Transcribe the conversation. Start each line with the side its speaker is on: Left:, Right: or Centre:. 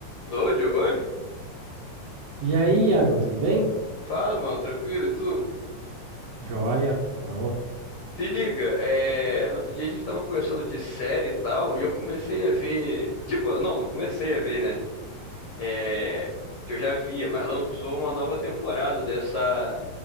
Left: Lô, Giovanni?
Right: E aí, Iago, tudo bem?
Left: Fala, mano, tranquilo, e tu?
Right: Joia, bom.
Left: Se liga, é... no outro dia a gente tava conversando de série e tal, e eu comecei a ver. Tipo, não, não comecei a ver, né? É... Que eu já via, mas lançou uma nova temporada dessa